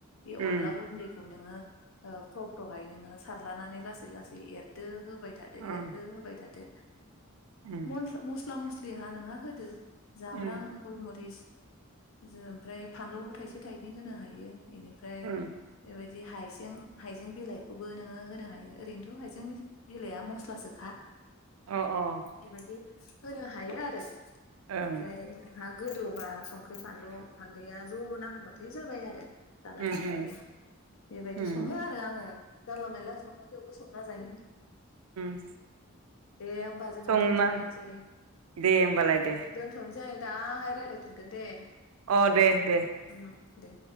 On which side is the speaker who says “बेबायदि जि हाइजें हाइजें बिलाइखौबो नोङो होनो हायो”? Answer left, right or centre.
Left